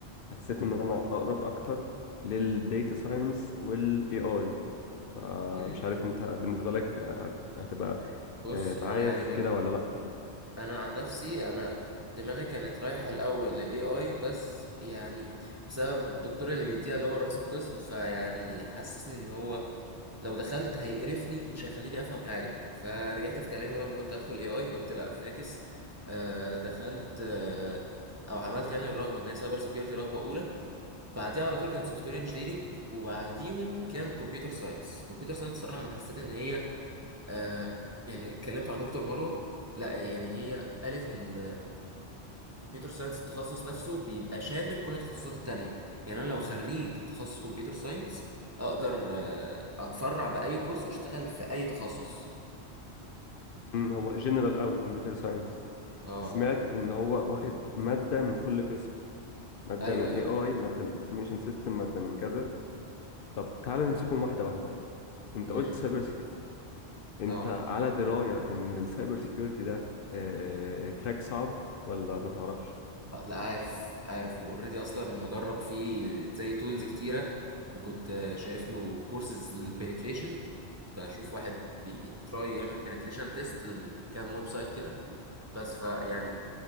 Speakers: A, on the left; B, on the right.
A: وحسيت ان انا اقرب اكتر للديتا ساينس والاي اي فمش
B: مم.
A: عارف انت بالنسبه لك هت- هتبقى
B: بص
A: آه،
B: انا
A: معايا
B: يعني
A: في
B: بن...
A: كده ولا لا
B: انا عن نفسي انا دماغي كانت رايحة الاول للاي اي بس يعني بسبب الدكتور اللي بيديها اللي هو رئيس القسم فيعني حسسني ان هو لو دخلت هيقرفني ومش هيخليني افهم حاجه فرجعت في كلامي بدل ما كنت ادخل اي اي قلت لا فاكس آه دخلت آه او عملت يعني الرغبه ان هي سايبر سيكيورتي رغبه اولى بعديها على طول كان سوفت وير انجينيرنج وبعديهم كان كمبيوتر ساينس كمبيوتر ساينس صراحه انا حسيت ان هي آه يعني كلمت عن دكتور مروه لا يعني هي قالت ان كمبيوتر ساينس التخصص نفسه بيبقى شامل كل التخصصات التانية يعني انا لو خريج تخصص كمبيوتر ساينس اقدر آه، اتفرع باي كورس واشتغل في اي تخصص
A: أمم، هو جنرال قوي كمبيوتر ساينس
B: اه
A: سمعت ان هو واخد ماده من كل قسم ماده
B: ايوه
A: من
B: ايوه
A: اي اي ماده من انفورميشن سيستم ماده من كذا طب تعالى نمسكهم واحده واحده انت قلت
B: امم
A: سايبر انت
B: اه
A: على دراية ان السايبر سيكيورتي ده آه، تراك صعب ولا ما تعرفش
B: آه، لا عارف عارف واوريدي اصلا مجرب فيه زي تولز كتيره وكنت آه، شايف له كورسز للبنتريشن كنت بشوف واحد بيتراي يعمل بنتريشن تيست لكام ويب سايت كده بس فيعني